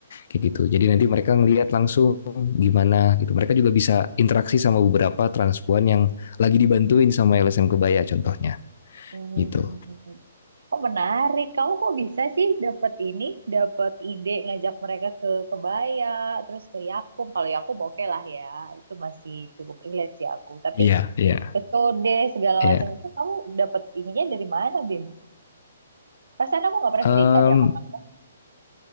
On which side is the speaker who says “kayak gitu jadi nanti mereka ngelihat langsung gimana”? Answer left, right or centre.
Left